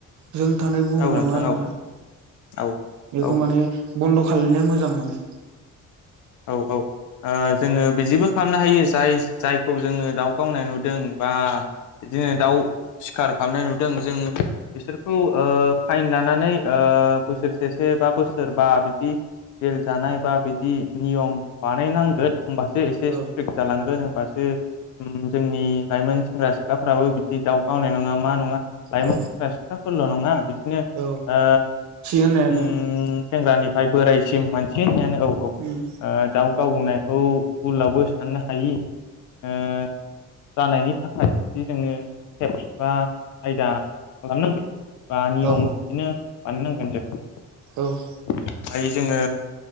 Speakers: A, on the right; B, on the left.
A: जों थानाय बुहुमावनो
B: औ नोंथां
A: आरोना
B: औ औ
A: बेखौ
B: औ
A: माने बन्द' खालायनाया मोजां माने
B: औ औ । ओ जोङो बेजिबो खालामनो हायो जाय जायखौ जोङो दाउ गावनाय नुदों बा बिदिनो दाउ सिखार खालामनाय नुदों जों बिसोरखौ ओ फाइन लानानै ओ बोसोरसेसो बा बोसोरबा बिदि जेल जानाय बा बिदि नियम बानायनांगोन होमबासो एसे
A: औ
B: स्ट्रिक जालांगोन होमबासो उम्म जोंनि लाइमोन सेंग्रा सिख्लाफ्राबो बिदि दाउ गावनाय नङामो मा नङा लाइमोन
A: औ
B: सेंग्रा सिख्लाफोरल' नङा बिदिनो
A: औ
B: ओ
A: <unintelligible>
B: उम सेंग्रानिफ्राय बोरायसिम मानसि होननायानो औ
A: उम
B: औ दाउ गावनायखौ बुलावबो साननो हायि ओ जानायनि थाखाय जे जोङो केप्स बा आयदा खालामनांगोन । बा नियम
A: औ
B: बिदिनो बानायनांगोन जों ।
A: औ ।
B: ओमफाय जोङो